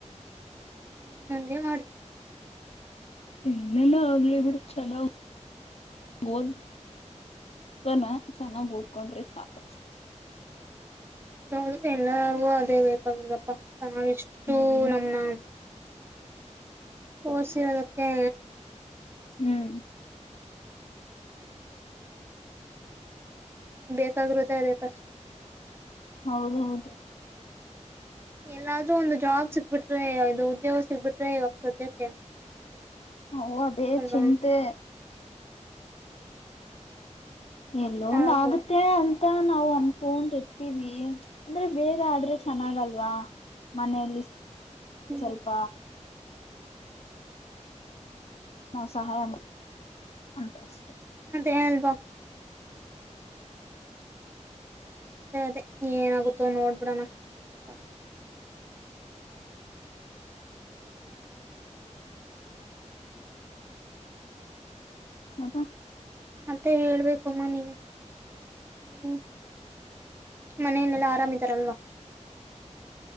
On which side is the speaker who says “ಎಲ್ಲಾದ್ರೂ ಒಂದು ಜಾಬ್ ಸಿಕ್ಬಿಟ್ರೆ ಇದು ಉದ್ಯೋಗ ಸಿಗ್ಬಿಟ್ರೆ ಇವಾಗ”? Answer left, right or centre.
Right